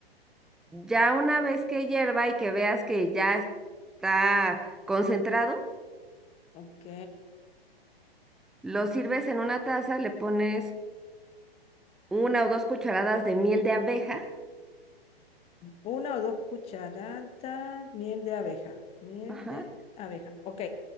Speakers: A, in the centre; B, on the left (about 20°).
A: Ya una vez que hierva y que veas que ya está concentrado,
B: ok.
A: lo sirves en una taza, le pones una o dos cucharadas de miel de abeja,
B: Una o dos cucharadas, miel de abeja, miel
A: ajá,
B: de abeja. Ok,